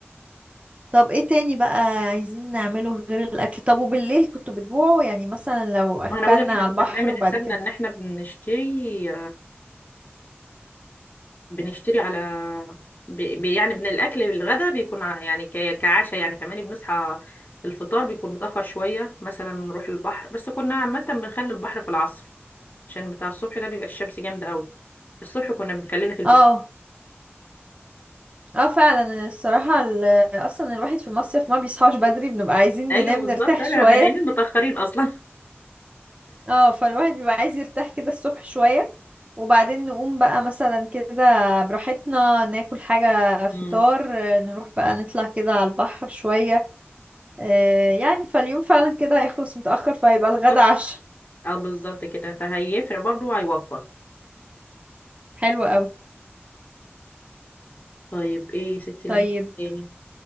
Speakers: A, on the right; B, on the left.
A: طب ايه تاني بقى عايزين نعمله غير الاكل طب وبالليل كنتوا بتجوعوا يعني مثلا لو اكلنا
B: ما انا بقول لك احنا
A: على
B: كنا
A: البحر
B: بنعمل
A: وبعد
B: حسابنا
A: كده
B: ان احنا بنشتري بنشتري على بي بي- يعني من الأكل للغدا بيكون ع- يعني ك- كعشاء يعني كمان بنصحى الفطار بيكون متأخر شوية مثلا نروح البحر بس كنا عامة بنخلي البحر في العصر عشان بتاع الصبح ده بيبقى الشمس جامدة قوي الصبح كنا بنخلينا في البسين
A: اه اه فعلا الصراحة ال- اصلا الواحد في المصيف ما بيصحاش بدري بنبقى عايزين
B: أيوه
A: ننام
B: بالظبط
A: نرتاح
B: أنا
A: شوية
B: ما نايمين متأخرين أصلا
A: اه فالواحد بيبقى عايز يرتاح كده الصبح شوية وبعدين نقوم بقى مثلا كده براحتنا ناكل حاجة فطار
B: <laughs> امم
A: آه، نروح بقى نطلع كده على البحر شوية آه، يعني فاليوم فعلا كده هيخلص متأخر فيبقى الغدا
B: بالظبط.
A: عشاء
B: اه بالظبط كده فهيفرق برضه هيوفر
A: حلو قوي
B: طيب ايه يا ستي
A: طيب
B: لما تاني